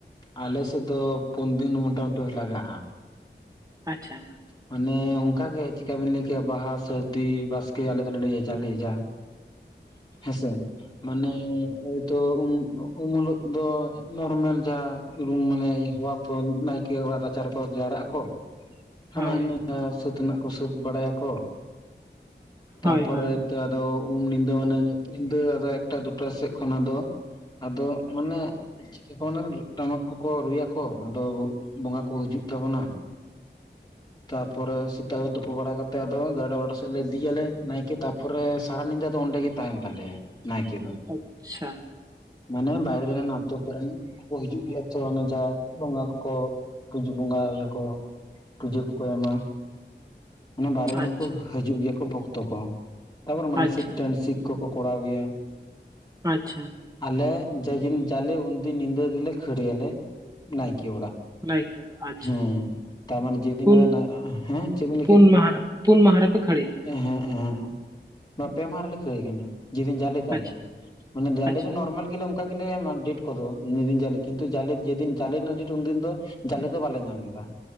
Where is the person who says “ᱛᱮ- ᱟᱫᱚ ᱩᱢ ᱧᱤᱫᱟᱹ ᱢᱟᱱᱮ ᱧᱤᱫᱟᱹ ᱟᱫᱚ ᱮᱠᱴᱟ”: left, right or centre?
Left